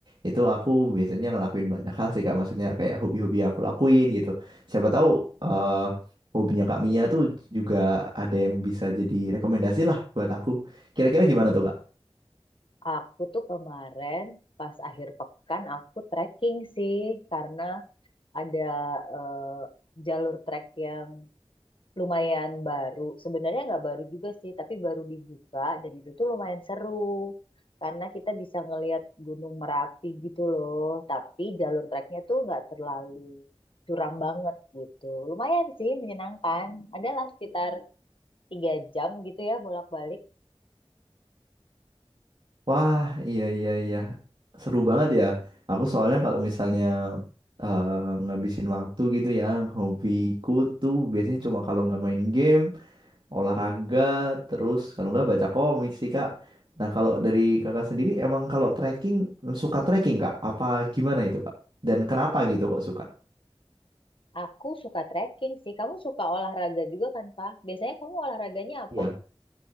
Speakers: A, on the right; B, on the left.
A: itu aku biasanya ngelakuin banyak hal sih Kak. Maksudnya kayak hobi-hobi yang aku lakuin gitu. Siapa tahu eh hobinya Kak Mia tuh juga ada yang bisa jadi rekomendasi lah buat aku. Kira-kira gimana tuh Kak?
B: aku tuh kemarin pas akhir pekan aku trekking sih karena ada eh, jalur trek yang lumayan baru. Sebenarnya nggak baru juga sih, tapi baru dibuka dan itu tuh lumayan seru karena kita bisa ngelihat Gunung Merapi gitu loh. Tapi jalur treknya tuh nggak terlalu curam banget gitu. Lumayan sih menyenangkan. Adalah sekitar tiga jam gitu ya bolak-balik.
A: Wah, iya iya iya. Seru banget ya. Aku soalnya kalau misalnya eh, ngabisin waktu gitu ya, hobiku tuh biasanya cuma kalau nggak main game, olahraga, terus kalau nggak baca komik sih Kak. Nah, kalau dari Kakak sendiri emang kalau trekking suka trekking Kak? Apa gimana itu Kak? Dan kenapa gitu kok suka?
B: Aku suka trekking sih. Kamu suka olahraga juga kan, Pak? Biasanya kamu olahraganya apa?
A: Iya.